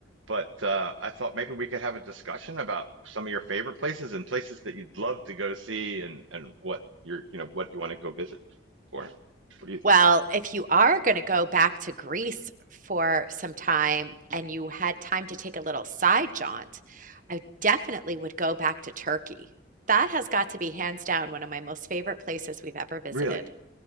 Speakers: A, on the right; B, on the right.
A: But uh, I thought maybe we could have a discussion about some of your favorite places and places that you'd love to go see, and and what you're, you know, what you want to go visit for. What do you think?
B: Well, if you are going to go back to Greece for some time and you had time to take a little side jaunt, I definitely would go back to Turkey. That has got to be hands down one of my most favorite places we've ever visited.
A: Really?